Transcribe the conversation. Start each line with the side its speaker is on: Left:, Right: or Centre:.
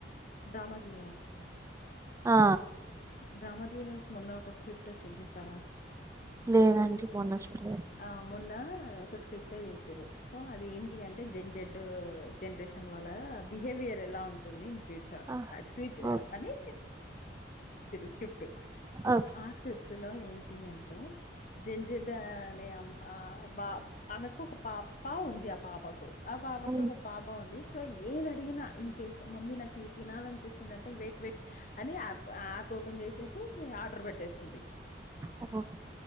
Left: డ్రామా జూనియర్స్
Right: ఆ
Left: డ్రామా జూనియర్స్ మొన్న ఒక స్క్రిప్ట్ వచ్చింది చూసారా
Right: లేదండి మొన్న చూడలేదు
Left: ఆ మొన్న ఒక స్క్రిప్ట్ చేసారు సో అది ఏంది అంటే జెన్ జెడ్ జనరేషన్ వాళ్ళ బిహేవియర్ పర్ ఎలా ఉంటుంది ఇన్ ఫ్యూచర్
Right: ఆ
Left: అ ఫ్యూచర్
Right: ఓ-
Left: అనే స్క్రిప్ట్ సో
Right: ఓకే
Left: ఆ స్క్రిప్ట్ లో ఏంటి టీ అంటే జడ్ జిడ్ నమ్ బా ఆమెకు ఒక పాప ఉంది ఆ పాపకు ఆ పాపకు
Right: ఉమ్,
Left: ఒక పాప ఉంది సో ఏది అడిగినా ఇన్ కేస్ మమ్మీ నాకు ఇది తినాలనిపిస్తుంది అంటే వెయిట్ వెయిట్ అని యాప్ యాప్ పన్ చేసేసి ఆర్డర్ పెట్టేసింది
Right: ఓ-